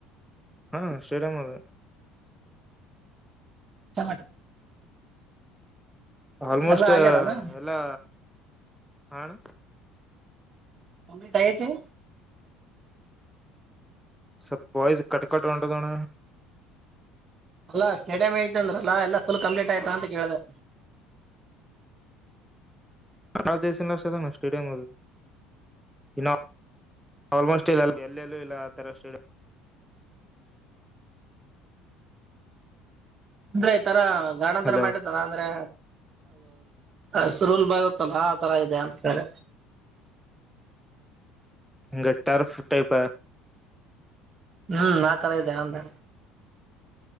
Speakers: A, in the centre; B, on the right.
A: ಹಾ ಸ್ಟೇಡಿಯಂ ಅದ.
B: ಚಾ ಮಾಡು.
A: ಆಲ್ಮೋಸ್ಟ್
B: ಎಲ್ಲಾ ಆಗ್ಯದನಾ
A: ಎಲ್ಲಾ ಹಾ ಅಣ್ಣಾ.
B: ಓಮಿಟ ಆಗೇತಿ.
A: ಸರ್ ವಾಯ್ಸ್ ಕಟ್ ಕಟ್ಟ ಹೊಂಡದಣ
B: ಅಲ್ಲ ಸ್ಟೇಡಮ್ಐತೆ ಅಂದ್ರಲ್ಲ ಎಲ್ಲ ಫುಲ್ ಕಂಪ್ಲೀಟ್ ಆಯ್ತ ಅಂತೇಳಿದೆ
A: ನಾಳ ದೇಶಸ ಲಕ್ಷದು ಸ್ಟೇಡಿಯಂ ಅದು <unintelligible> ಇಲ್ಲ ಆಲ್ಮೋಸ್ಟ್ ಇಲ್ಲ ಎಲ್ಲಲ್ಲೂ ಇಲ್ಲ ಆ ತರ ಸ್ಟೇಡಿಯಂ
B: ಅಂದ್ರೆ ಈ ತರ ಗಾರ್ಡನ್
A: ಹಲೋ
B: ತರ ಮಾಡ ತರ ಅಂದ್ರೆ ಹಸರ್ ಹುಲ್ ಬಾರುತ್ತಲ್ಲ ಆ ತರ ಇದೆ ಅಂತ ಕೇಳ್ದೆ
A: ಹಂಗ ಟರ್ಫ್ ಟೈಪ
B: ಹ್ಮ್ ಆತರ ಇದೆಯಾ ಅಂದೆ